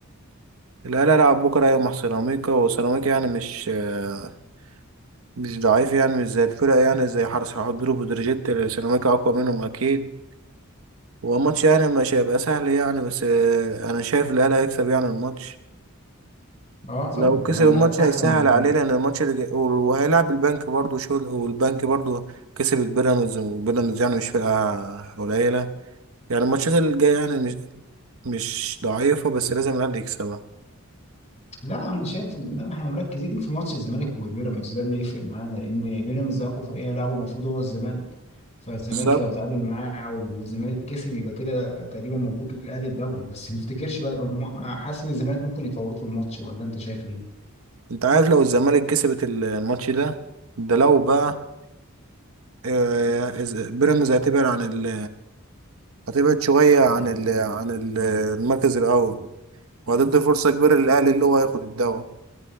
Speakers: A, on the right (about 80°); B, on the left (about 35°).
A: الأهلي هيلعب بكرة أيوة مع سيراميكا وسيراميكا يعني مش آه، مش ضعيف يعني مش زي الفرق يعني زي حرس حدود وبتروجيت سيراميكا أقوى منهم أكيد هو الماتش يعني مش هيبقى سهل يعني بس آه، أنا شايف الأهلي هيكسب يعني الماتش
B: اه طبعا
A: لو كسب
B: هو
A: الماتش
B: الاهلي
A: هيسهل
B: احسن بكتير
A: عليه لان الماتش اللي جاي وهيلعب البنك برضه شغل والبنك برضه كسب البيراميدز وبيراميدز يعني مش فرقة قليلة يعني الماتشات اللي جاية يعني مش مش ضعيفة بس لازم الاهلي يكسبها
B: لا انا شايف ان احنا مركزين في ماتش الزمالك وبيراميدز ده اللي يفرق معانا لان بيراميدز اقوى فريق هيلعبه المفروض هو الزمالك فالزمالك
A: بالظبط
B: لو تعادل معاه والزمالك كسب يبقى كده تقريبا مبروك للاهلي الدوري بس ما افتكرش بقى م- حاسس ان الزمالك ممكن يتفوت في الماتش ولا انت شايف ايه؟
A: انت عارف لو الزمالك كسبت ال- الماتش ده ده لو بقى آه، إز- بيراميدز هتبعد عن ال هتبعد شوية عن ال عن ال- المركز الأول وهتدي فرصة كبيرة للأهلي اللي هو هياخد الدوري